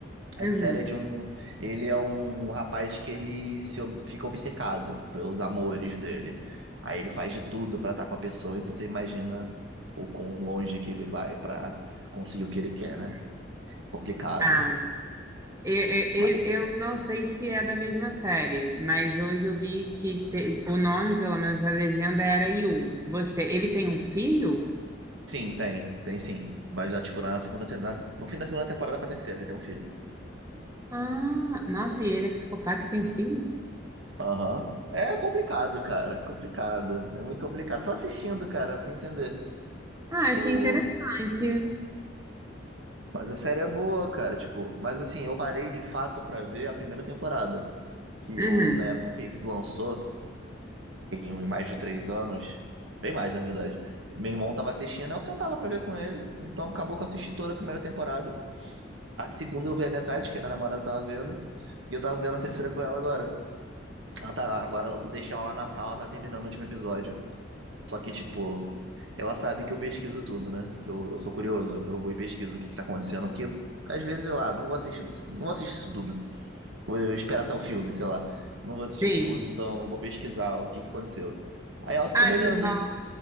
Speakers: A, on the right (about 85°); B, on the right (about 15°).
A: Essa
B: Uhum.
A: série é de um. Ele é um rapaz que ele se ob- fica obcecado pelos amores dele. Aí ele faz de tudo pra estar com a pessoa, então você imagina o quão longe que ele vai pra conseguir o que ele quer, né? Complicado.
B: Ah, E- e-
A: Ma-
B: e- Eu não sei se é da mesma série, mas hoje eu vi que te- o nome, pelo menos a legenda, era Yu. Você, ele tem um filho?
A: Sim, tem, tem sim. Mas já, tipo, na segunda, te- na- no fim da segunda temporada pra terceira, ele tem um filho.
B: Ah, nossa, e ele é psicopata e tem um filho?
A: Aham. É complicado, cara. É complicado. É muito complicado. Só assistindo, cara, pra você entender.
B: Ah, achei
A: Pô.
B: interessante.
A: Mas a série é boa, cara. Tipo, mas assim, eu parei de fato pra ver a primeira temporada. Que eu,
B: Uhum,
A: na época que lançou, tem uns mais de três anos. Bem mais, na verdade. Meu irmão tava assistindo, eu sentava pra ver com ele. Então acabou que eu assisti toda a primeira temporada. A segunda eu vi a metade, que a minha namorada tava vendo. E eu tava vendo a terceira com ela agora. Ela tá, agora eu deixei ela lá na sala, tá terminando o último episódio. Só que, tipo, ela sabe que eu pesquiso tudo, né? Que eu, eu sou curioso, eu vou e pesquiso o que que tá acontecendo, porque às vezes eu, ah, não vou assistir, isso- não vou assistir isso tudo. Vou esperar sair o filme, sei lá. Não vou assistir
B: sim.
A: tudo, então vou pesquisar o que que aconteceu. Aí ela ficou
B: Ah,
A: me olhando.
B: você falou,